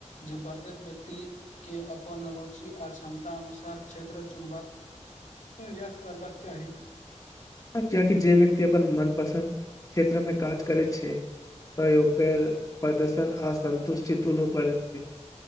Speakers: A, on the left; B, on the left.
A: जे प्रत्येक व्यक्ति के अपन रुचि आ क्षमता अनुसार क्षेत्र चुनबाक प्रयास करबाक चाही।
B: किएकि जे व्यक्ति अपन मनपसन्द क्षेत्रमे काज करैत छै त ओकर प्रदर्शन आ सन्तुष्टि दुनू बढ़ैत छै।